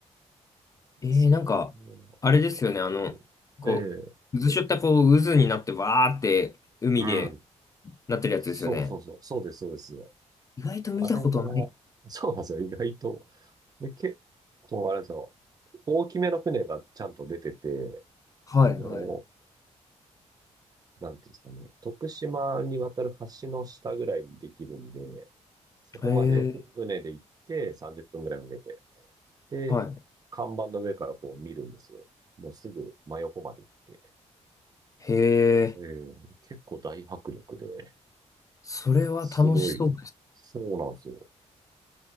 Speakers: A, on the left (about 30°); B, on the right (about 30°).
A: ええなんか、
B: そっの
A: あれですよね、
B: そう。
A: あの、こう、
B: ええ。
A: 渦しょったこう、渦になってわーって海で
B: うん。
A: なってるやつですよね。
B: そうそうそう。そうです、そうです。
A: 意外と見たことない。
B: あれが、そうなんですよ、意外と。で、結構、あれですよ。大きめの船がちゃんと出てて、
A: はい、
B: その、
A: はい。
B: なんていうんですかね、徳島に渡る橋の下ぐらいにできるんで、そこまで船で行って30分ぐらいかけて
A: へえ、
B: で、
A: はい。
B: 看板の上からこう見るんですよ。もうすぐ真横まで行って。
A: へえ、
B: えー結構大迫力で、
A: それは楽しそうです。
B: すごい、そうなんですよ。